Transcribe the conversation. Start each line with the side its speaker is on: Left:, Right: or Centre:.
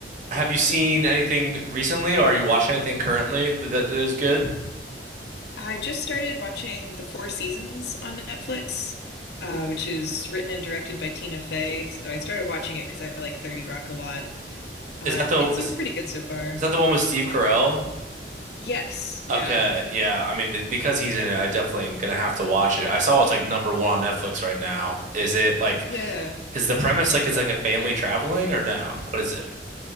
Right: have you seen anything recently, or are you watching anything currently that, that is good?
Left: I just started watching The Four Seasons on Netflix, uh, which is written and directed by Tina Fey. So I started watching it because I like 30 Rock a lot. Uh,
Right: Is that the
Left: it seems
Right: is,
Left: pretty good so far.
Right: is that the one with Steve Carell?
Left: Yes, yeah,
Right: Okay, yeah. I mean, th- because he's in it, I definitely am gonna have to watch it. I saw it's like number one on Netflix right now. Is it like
Left: yeah.
Right: is the premise like it's like a family traveling or no? What is it?